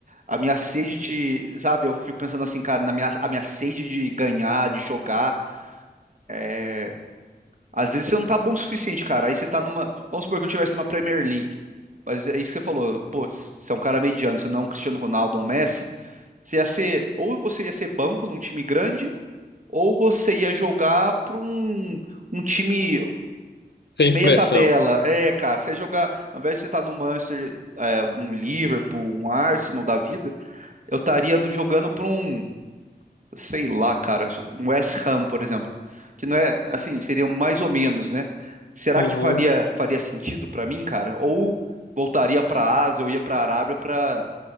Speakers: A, on the right; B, on the left.
A: a minha sede de, sabe, eu fico pensando assim, cara, na minha, a minha sede de ganhar, de jogar, É, às vezes você não tá bom o suficiente, cara. Aí você tá numa. Vamos supor que eu tivesse numa Premier League. Mas é isso que você falou. Putz, você é um cara mediano, você não é um Cristiano Ronaldo ou um Messi. Você ia ser. Ou você ia ser banco num time grande, ou você ia jogar pra um, um time
B: Sem
A: de
B: expressão.
A: meia tabela. É, cara, você ia jogar. Ao invés de você estar no Manchester, é, um Liverpool, um Arsenal da vida, eu estaria no- jogando pra um sei lá, cara, um West Ham, por exemplo, que não é assim, seriam mais ou menos, né? Será
B: Uhum.
A: que faria, faria sentido pra mim, cara? Ou voltaria pra Ásia ou ia pra Arábia pra